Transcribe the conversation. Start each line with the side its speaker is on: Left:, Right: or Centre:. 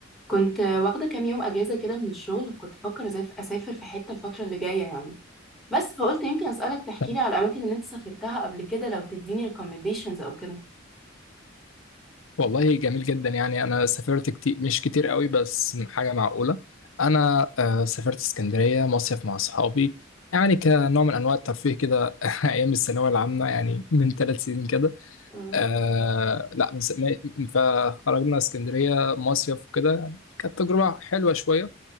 Centre: كنت واخدة كام يوم أجازة كده من الشغل كنت بفكر ازاي أسافر في حتة الفترة اللي جاية يعني بس فقلت يمكن أسألك تحكيلي
Left: طب
Centre: على الأماكن اللي أنت سافرتها قبل كده لو تديني recommendations أو كده
Left: والله جميل جدا يعني انا سافرت كتير مش كتير قوي بس حاجه معقوله انا آه، سافرت اسكندريه مصيف مع اصحابي يعني كنوع من انواع الترفيه كده <laughs> ايام الثانويه العامه يعني من ثلاث سنين كده
Centre: مم.
Left: آه لا من س- من- فخرجنا اسكندريه مصيف وكده يعني كانت تجربه حلوه شويه